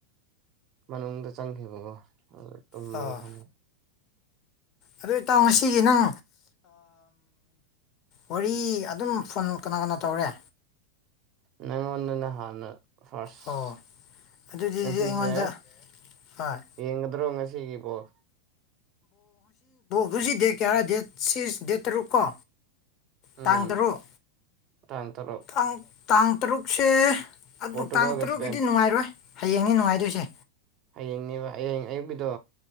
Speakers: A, on the right; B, on the left.
A: ꯃꯅꯨꯡꯗ ꯆꯪꯈꯤꯕꯀꯣ ꯇꯨꯝꯔ
B: ꯑꯥ
A: ꯐꯅ
B: ꯑꯗꯨ ꯏꯇꯥꯥꯎ ꯉꯁꯤꯒꯤ ꯅꯪ ꯋꯥꯔꯤ ꯑꯗꯨꯝ ꯐꯣꯟ ꯀꯅꯥ ꯀꯅꯥ ꯇꯧꯔꯦ
A: ꯅꯑꯣꯟꯗꯅ ꯍꯥꯟꯅ ꯐꯥꯔꯁ
B: ꯑꯣ ꯑꯗꯨꯗꯤ
A: ꯉꯁꯤꯁꯦ
B: ꯑꯩꯉꯣꯟꯗ ꯍꯣꯏ
A: ꯌꯦꯡꯒꯗ꯭ꯔꯣ ꯉꯁꯤ ꯑꯁꯤꯒꯤ ꯄꯣꯜ
B: ꯍꯧꯖꯤꯛ ꯗꯦꯠ ꯀꯌꯥꯔ ꯗꯦꯠ ꯁꯤꯁ ꯗꯦꯠ ꯇꯔꯨꯛ ꯀꯣ
A: ꯎꯝ
B: ꯇꯥꯡ ꯇꯔꯨꯛ
A: ꯇꯥꯡ ꯇꯔꯨꯛ
B: ꯥꯡ ꯇꯥꯡ ꯇꯔꯨꯛꯁꯦ ꯑꯗꯣ
A: ꯄꯣꯔꯇꯨꯒꯜꯒ
B: ꯇꯥꯡ ꯇꯔꯨꯛꯀꯤꯗꯤ
A: ꯁ꯭ꯄꯦꯟ
B: ꯅꯨꯡꯉꯥꯏꯔꯣꯏ ꯍꯌꯦꯡꯅꯤ ꯅꯨꯡꯉꯥꯏꯗꯣꯏꯁꯦ
A: ꯍꯌꯦꯡꯅꯦꯕ ꯍꯌꯦꯡ ꯑꯌꯨꯛꯀꯤꯗꯣ